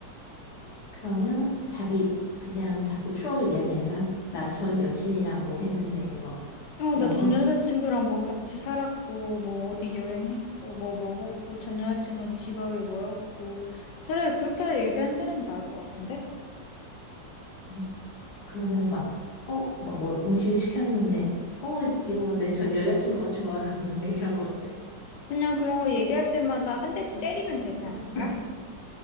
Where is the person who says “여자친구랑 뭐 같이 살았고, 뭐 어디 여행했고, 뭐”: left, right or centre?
Left